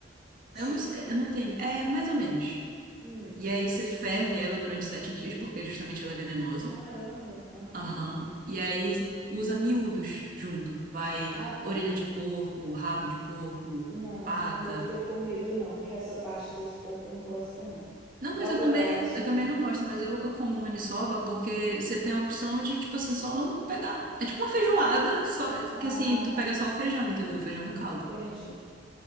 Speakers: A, on the right; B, in the centre.
A: eu
B: tipo.
A: não, sei- eu não tenho. É mais ou menos.
B: Hum,
A: E aí você ferve ela durante sete dias, porque justamente ela é venenosa.
B: caramba. Aham.
A: Aham. E aí usa miúdos junto. Vai
B: Ah,
A: orelha
B: tá.
A: de porco, rabo de porco,
B: Não,
A: pata.
B: não devo ter comido, não, que essa parte dos porcos eu não gosto, não.
A: Não,
B: Igual
A: mas eu
B: dobradinha.
A: também, eu também não gosto, mas eu, eu como maniçoba porque você tem a opção de, tipo assim, só não pegar. É tipo uma feijoada, só
B: Ah,
A: que assim, tu pega só o feijão, entendeu? O feijão e o caldo.
B: entendi.